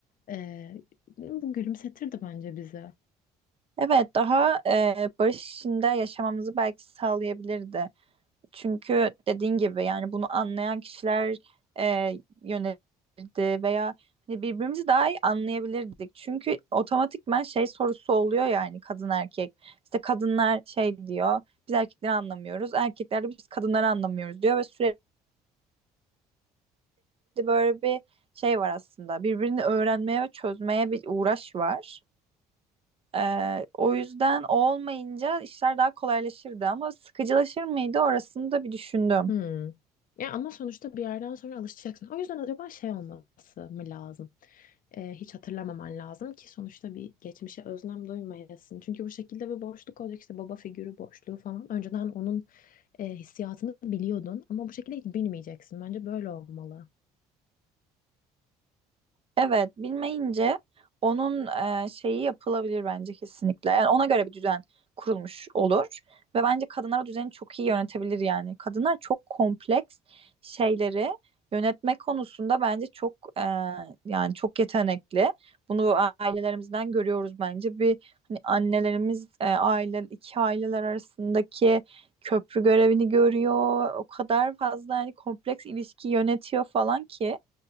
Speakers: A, on the left; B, on the right.
A: E, bu gülümsetirdi bence bizi.
B: Evet, daha e, barış içinde yaşamamızı belki sağlayabilirdi. Çünkü dediğin gibi yani bunu anlayan kişiler e, yönelirdi veya hani birbirimizi daha iyi anlayabilirdik. Çünkü otomatikman şey sorusu oluyor yani kadın erkek. İşte kadınlar şey diyor biz erkekleri anlamıyoruz. Erkekler de biz kadınları anlamıyoruz diyor ve sürekli böyle bir şey var aslında. Birbirini öğrenmeye ve çözmeye bir uğraş var. Ee, o yüzden o olmayınca işler daha kolaylaşırdı ama sıkıcılaşır mıydı orasını da bir düşündüm.
A: Hmm. Ya ama sonuçta bir yerden sonra alışacaksın. O yüzden acaba şey olması mı lazım? Ee, hiç hatırlamaman lazım ki sonuçta bir geçmişe özlem duymayasın. Çünkü bu şekilde bir boşluk olacak işte baba figürü boşluğu falan. Önceden onun e, hissiyatını biliyordun ama bu şekilde hiç bilmeyeceksin. Bence böyle olmalı.
B: Evet, bilmeyince onun e, şeyi yapılabilir bence kesinlikle. Yani ona göre bir düzen kurulmuş olur ve bence kadınlar o düzeni çok iyi yönetebilir yani. Kadınlar çok kompleks şeyleri yönetme konusunda bence çok e, yani çok yetenekli. Bunu ailelerimizden görüyoruz bence. Bir hani annelerimiz e, aile iki aileler arasındaki köprü görevini görüyor. O kadar fazla hani kompleks ilişki yönetiyor falan ki